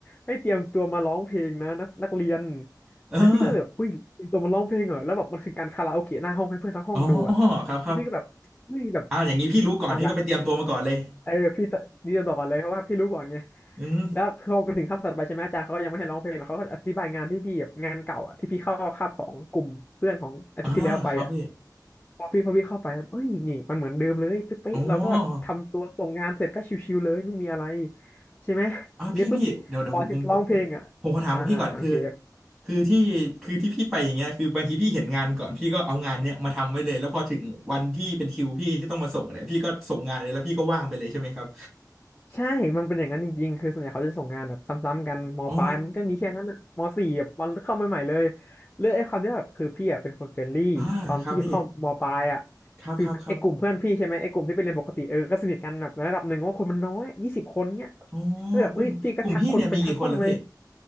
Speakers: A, on the left; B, on the right.
A: ให้เตรียมตัวมาร้องเพลงนะนักนักเรียน
B: เออ
A: แล้วพี่ก็แบบอุ้ยเตรียมตัวมาร้องเพลงเหรอแล้วแบบมันคือการคาราโอเกะหน้าห้องให้เพื่อนทั้งห้องดูอ่ะ
B: อ๋อครับครับ
A: แล้วพี่ก็แบบเฮ้ยแบบ
B: อ่าอย่างนี้พี่รู้ก่อนพี่ก็ไปเตรียมตัวมาก่อนเลย
A: เอาละเออพี่เตรียมต่อก่อนเลยเพราะว่าพี่รู้ก่อนไง
B: อืม
A: แล้วพอไปถึงคาบถัดไปใช่ไหมอาจารย์เขาก็ยังไม่ให้ร้องเพลงเขาก็อธิบายงานที่พี่แบบงานเก่าอ่ะที่พี่เข้าคาบของกลุ่มเพื่อนของอาทิตย์ที่แล้วไปอ่ะ
B: อ่าครับพี่
A: พอพี่พอพี่เข้าไปเอ้ยนี่มันเหมือนเดิมเลยตึ๊บเป๊ะเราก็แบบทำตัวส่งงานเสร็จก็ชิวๆเลยไม่มีอะไร
B: อ๋อ
A: ใช่ไหมทีนี้ปุ๊บพอถึงร้องเพลงอ่ะ
B: อ่าพี่พี่เดี๋ยวเดี๋ยวผมผมผมผมขอถามพวกพี่ก่อนคือ
A: อ่าอ่าโอเค
B: คือที่คือที่พี่ไปอย่างเงี้ยคือบางทีพี่เห็นงานก่อนพี่ก็เอางานเนี้ยมาทำไว้เลยแล้วพอถึงวันที่เป็นคิวพี่ที่ต้องมาส่งเนี่ยพี่ก็ส่งงานเลยแล้วพี่ก็ว่างไปเลยใช่ไหมครับ
A: ใช่ มันเป็นอย่างนั้นจริงๆ คือส่วนใหญ่เขาจะส่งงานแบบซ้ำๆกันมปลายมันก็มีแค่นั้นอะมสี่แบบมันเข้าใหม่ๆเลย
B: อ๋อ
A: เรื่องไอ้ความที่แบบคือพี่อะเป็นคนเฟรนลี่ตอนพี่เข้ามปลายอะ
B: อ่าครับพี่ครับครับครับ
A: คือไอ้กลุ่มเพื่อนพี่ใช่ไหมไอ้กลุ่มที่ไปเรียนปกติเออก็สนิทกันแบบในระดับหนึ่งว่าคนมันน้อยยี่สิบคนเนี้ย
B: อ๋อ
A: ก็แบบเอ้ยพี่ก็ทักคนไปทั้งห้องเลย
B: กลุ่มกลุ่มพี่เนี่ยมีกี่คนล่ะพี่